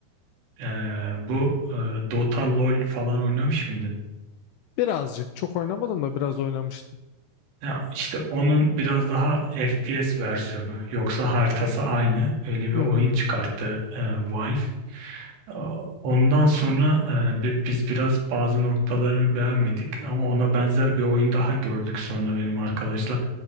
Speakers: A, on the right (about 75°); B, on the left (about 80°).
A: Eee, bu eee, Dota LoL falan oynamış mıydın?
B: Birazcık çok oynamadım da biraz oynamıştım.
A: Ya işte onun biraz daha FPS versiyonu yoksa haritası aynı öyle bir
B: Hı
A: oyun
B: hı.
A: çıkarttı eee, Valve. Ee, Ondan sonra e, bi- biz biraz bazı noktalarını beğenmedik ama ona benzer bir oyun daha gördük sonra benim arkadaşla.